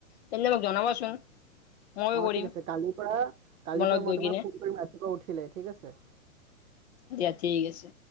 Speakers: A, on the left; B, on the right.
A: তেন্তে মোক জনাবাচোন?
B: অ',
A: ময়ো কৰিম
B: ঠিক আছে কালিৰ পৰা কালিৰ
A: তোমাৰ লগত
B: পৰা মই
A: গৈ
B: তোমাক
A: কিনে
B: ফোন কৰিম ৰাতিপুৱা উঠিলে, ঠিক আছে।
A: দিয়া ঠিক আছে।